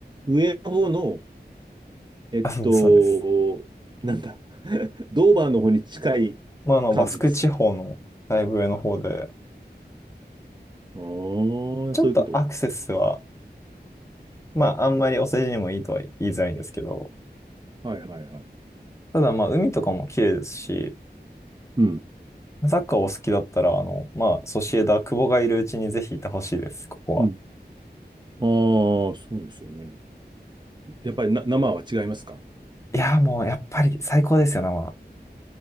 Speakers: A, on the right; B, on the left.
A: 上の方の、えっと、
B: あ、そうそうです。
A: なんだ <laughs> ドーバーの方に近い
B: まあ、あの、
A: 感じですか
B: バスク地方のだいぶ上の方で、
A: ああー、
B: ちょっとアクセスは、
A: そういうこと。
B: まあ、あんまりお世辞にもいいとは言いづらいんですけど、
A: はいはいはい。
B: ただまあ、海とかも綺麗ですし、
A: うん。
B: サッカーお好きだったら、あの、まあ、ソシエダ、久保がいるうちにぜひいてほしいです、ここは。
A: うん。ああ、そうですよね。やっぱりな、生は違いますか
B: いやー、もう、やっぱり最高ですよね、まあ